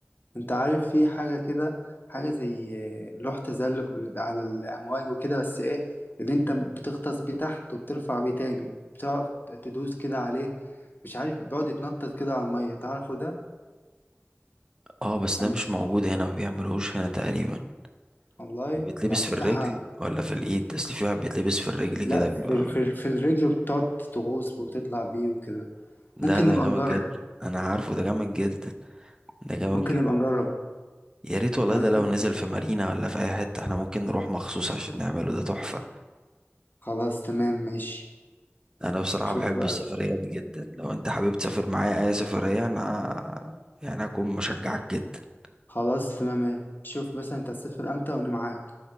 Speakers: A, on the left; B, on the right.
A: انت عارف في حاجة كده حاجة زي آه، لوح تزلج بال- على الأمواج وكده بس ايه اللي انت بتغطس بيه تحت وبترفع بيه تاني بتقعد تدوس كده عليه مش عارف بيقعد يتنطط كده على المية تعرفه ده؟
B: اه بس
A: أنا
B: ده مش
A: مش
B: موجود هنا ما بيعملوهوش هنا تقريبا
A: والله
B: اللي بيتلبس
A: ده كنت
B: في الرجل
A: ح...
B: ولا في الايد اصل في واحد بيتلبس في الرجل
A: لا
B: كده
A: في,
B: بيبقى
A: في, في الرجل بتقعد تغوص وتطلع بيه وكده
B: لا
A: ممكن
B: ده
A: نبقى
B: جامد
A: نجرب
B: جدا انا عارفه ده جامد جدا ده جامد
A: ممكن
B: جدا
A: نبقى نجرب
B: يا ريت والله
A: لو
B: ده
A: انت
B: لو نزل في مارينا ولا في اي حته احنا ممكن نروح مخصوص عشان نعمله ده تحفه
A: خلاص تمام ماشي
B: انا بصراحه
A: شوف
B: بحب
A: بقى
B: السفريات جدا لو انت حابب تسافر معايا اي سفريه انا يعني هكون مشجعك جدا
A: خلاص تمام ماشي. شوف مثلا انت هتسافر امتى وانا معاك